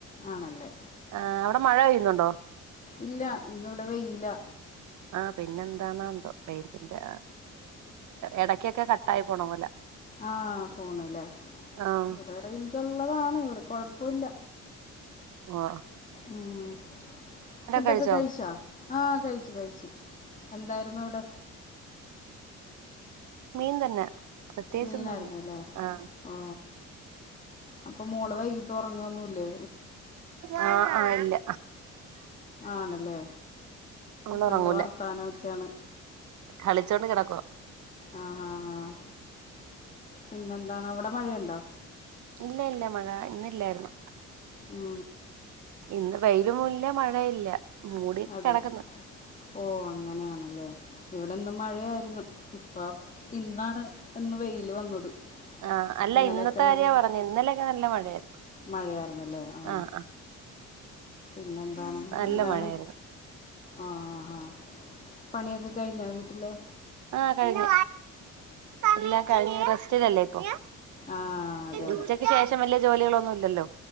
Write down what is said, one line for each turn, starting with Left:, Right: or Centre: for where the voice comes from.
Left: ആണല്ലേ
Right: ആ അവിടെ മഴ പെയ്യുന്നുണ്ടോ?
Left: ഇല്ല ഇന്ന ഇവിടെ വെയിലാ
Right: ആ പിന്നെ എന്താണ എന്തോ റേഞ്ചിന്റെ ഇടക്കൊക്കെ കട്ട ആയി പോണ പോലെ.
Left: ആ ഫോൺ ല്ലേ
Right: ആഹ്
Left: ഇവിടെ റേഞ്ച് ഉള്ളതാണ് ഇവിടെ.. കൊഴപ്പല്ല
Right: ആഹ
Left: ഉം ഫുഡൊക്കെ
Right: കഴിച്ചോ
Left: കഴിച്ചാ ആഹ കഴിച്ചു കഴിച്ചു എന്തായിരുന്നു അവിടെ?
Right: മീൻ തന്നെ പ്രത്യേകിച്ചൊന്നുല്ല
Left: മീനായിരുന്നല്ലേ
Right: ആഹ്
Left: ഓ.. അപ്പൊ മോള് വൈകിട്ട് ഉറങ്ങൊന്നുല്ലേ?
Right: ആ ആ ഇല്ല
Left: ആണല്ലേ
Right: അവള് ഉറങ്ങൂല
Left: നല്ല വർത്താന ഒക്കെയാണ്
Right: കളിച്ചോണ്ട് കിടക്കുവാ
Left: ആഹ് ഹ് ഹ ഹ പിന്നെന്താണ് അവിടെ മഴയുണ്ടോ?
Right: ഇല്ല ഇല്ല മഴ ഇന്നില്ലായിരുന്നു.
Left: ഉം
Right: ഇന്ന് വെയില് ഇല്ല മഴയില്ല മൂടി
Left: അതെ
Right: കിടക്കുന്നു
Left: ഓ അങ്ങനെയാണല്ലേ.. ഇവിടെ ഇന്ന് മഴയായിരുന്നു ഇപ്പം ഇന്നാണ് ഇന്ന് വെയില് വന്നത്
Right: ആഹ അല്ല
Left: ഇന്നലെയൊക്കെ
Right: ഇന്നത്തെ കാര്യ
Left: നല്ല
Right: പറഞ്ഞത് ഇന്നലെയൊക്കെ നല്ല മഴയായിരുന്നു.
Left: മഴയായിരുന്നല്ലേ ആ
Right: ആഹ് ആഹ്
Left: പിന്നെന്താണ്
Right: നല്ല
Left: എന്താണ്
Right: മഴയായിരുന്നു
Left: ആ ഹാ ഹാ പണിയൊക്കെ കഴിഞ്ഞാ വീ. ട്ടില്ലേ..?
Right: ആ കഴിഞ്ഞു എല്ലാം കഴിഞ്ഞ റെസ്റ്റിലല്ലേ ഇപ്പൊ
Left: ആ അതെ അതെ
Right: ഉച്ചക്ക് ശേഷം വലിയ ജോലികളൊന്നും ഇല്ലല്ലോ